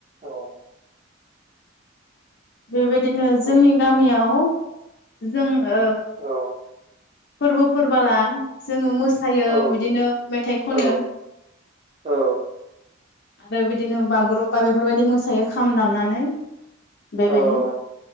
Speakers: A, on the right; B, on the left.
A: औ।
B: बेबायदिनो
A: औ
B: जोंनि गामियाव जोङो
A: औ
B: फोरबोफोरबोला जोङो मोस सायो
A: औ
B: बिदिनो मेथाइ खनो
A: औ औ
B: आरो बिदिनो बागुरुम्बा बेफोरबायदि मोसायो खाम दामनानै बेबायदि
A: औ